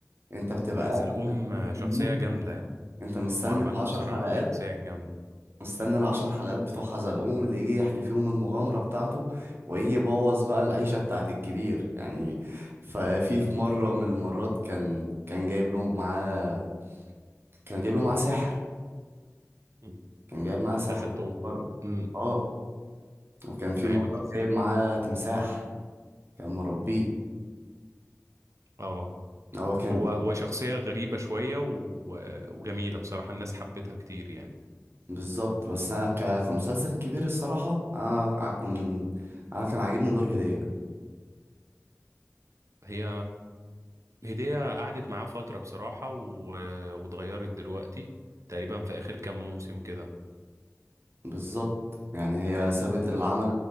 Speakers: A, on the right (about 45°); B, on the right (about 65°).
A: انت بتبقى
B: حزلقوم
A: قاعد
B: آه، شخصية
A: في الموت
B: جامدة يعني
A: انت مستني
B: هو عملها
A: العشر
B: بصراحة
A: حلقات
B: شخصية جامدة
A: مستني العشر حلقات بتوع حزلقوم اللي يجي يحكي فيهم المغامرة بتاعته ويجي يبوظ بقى العيشة بتاعت الكبير يعني ففي في مرة من المرات كان كان جايب له معاه كان جايب له معاه سحر
B: مم.
A: كان جايب معاه سحر
B: حزلقوم
A: مرة
B: امم
A: اه وكان في
B: فاهم
A: مرة
B: قصدي
A: جايب معاه تمساح كان مربيه
B: اه
A: هو كان
B: هو
A: بي
B: هو شخصية غريبة شوية و... وجميلة بصراحة الناس حبتها كتير يعني
A: بالظبط بس انا ك... كمسلسل كبير الصراحه انا ع- كان انا كان عاجبني دور هديه
B: هي هدية قعدت معاه فترة بصراحة و... واتغيرت دلوقتي تقريبا في آخر كام موسم كده
A: بالظبط يعني هي سابت العمل